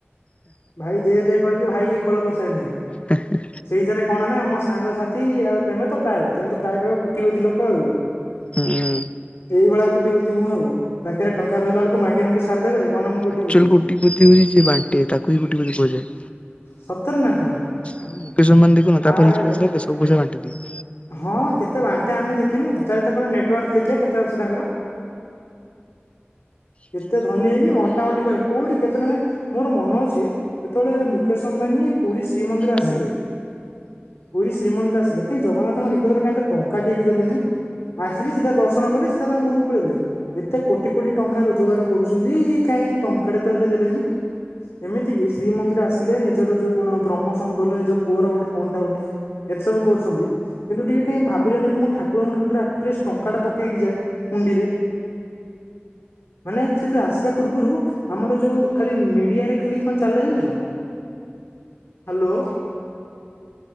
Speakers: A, on the left; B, on the left.
A: ଭାଇ ଦେ ଦେ କହିକି ଭାଇ କି ଖୋଳ କରିସାରିଲାଣି।
B: ହେ ହେଁ।
A: ସେଇଜାରେ କଣ ନା ମୋ ସାଙ୍ଗ ସାଥି ଆଉ ତମେ ତ ପ୍ରାୟ ତମେ ତ ପ୍ରାୟ କହିବ ଖୁ କଟିପତି ଲୋକ ଆଉ।
B: ହୁଁ।
A: ଏଇଭଳିଆ ଖୁଟିପତି ମୁଁ ଆଉ ପାଖରେ ଟଙ୍କା ରହିଲା ବେଳ କୁ ମାଗି ମାଗି ସାରିଦେବେ। କଣ ମୁଁ କୋଟିପତି।
B: ଆକ୍ଚୁଆଲ୍ କୋଟିପତି ହଉଛି ଯିଏ ବାଣ୍ଟେ ତାକୁ ହିଁ କୋଟିପତି କୁହାଯାଏ।
A: ସତରେ ନା କଣ?
B: ଆଉ ମୁକେଶ ଅମ୍ବାନୀ ଦେଖୁନ ତା
A: ଆରେ
B: ପାଖରେ କିଛି
A: ବା
B: ପଇସା ରହିଲେ ସବୁ ପଇସା ବାଣ୍ଟିଦିଏ।
A: ହଁ କେତେ ବାଣ୍ଟେ ଆମେ ଦେଖିନୁ ଚାଲ ତାଙ୍କର ନେଟୱାର୍ଥ ଦେଖିବା କେତେ ଅଛି ତାଙ୍କର। ଏତେ ଧନୀ ହେଇକି ବଣ୍ଟା ବଣ୍ଟି କରେ କୋଉଠି କେତେ ଟଙ୍କା ମୋର ମନ ଅଛି ଯେତେବେଳେ ମୁକେଶ ଅମ୍ବାନୀ ପୁରୀ ଶ୍ରୀମନ୍ଦିର ଆସିଲେ
B: ହୁଁ
A: ପୁରୀ ଶ୍ରୀମନ୍ଦିର ଆସିଲେ କାଇଁ ଜଗନାଥଙ୍କ ନିକଟରେ କାଇଁ ତ ଟଙ୍କା ଟିଏ ବି ଦେଲେନି। ଆସିଲେ ସିଧା ଦର୍ଶନ କଲେ ସିଧା ତାଙ୍କ ଘରକୁ ପଳେଇଲେ। ଏତେ କୋଟି କୋଟି ଟଙ୍କା ରୋଜଗାର କରୁଛନ୍ତି କାଇଁ ଟଙ୍କା ଟେ ତ ହେଲେ ଦେଲେନି। ଏମିତି କି ଶ୍ରୀମନ୍ଦିର ଆସିଲେ ନିଜର ଯୋଉ କଣ ପ୍ରମୋସନ କଲେ ନିଜ ପୁଅର ଗୋଟେ କଣ ଟା ଗୋଟେ ଏତେ ସବୁ କରୁଛନ୍ତି କିନ୍ତୁ ଟିକେ କାଇଁ ଭାବିଲେନି କି ମୁଁ ଠାକୁରଙ୍କ ନିକଟରେ ଅଟଲିଷ୍ଟ୍ ଟଙ୍କା ଟା ପକେଇକି ଯାଏ ହୁଣ୍ଡିରେ। ମାନେ ସେ ଯେତେବେଳେ ଆସିବା ପୂର୍ବରୁ ଆମର ଯୋଉ ଖାଲି ମିଡିଆରେ ଖାଲି କଣ ଚାଲେ ଜଣିଛ ହ୍ୟାଲୋ